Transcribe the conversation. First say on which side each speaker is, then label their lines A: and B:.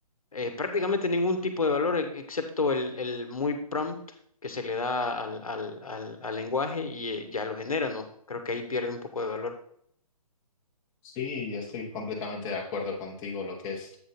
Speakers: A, on the left (about 60°); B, on the left (about 15°).
A: eh, prácticamente ningún tipo de valor e- excepto el, el muy prompt que se le da al, al- al- al lenguaje y eh, ya lo genera, ¿no? Creo que ahí pierde un poco de valor.
B: Sí, estoy completamente de acuerdo contigo, lo que es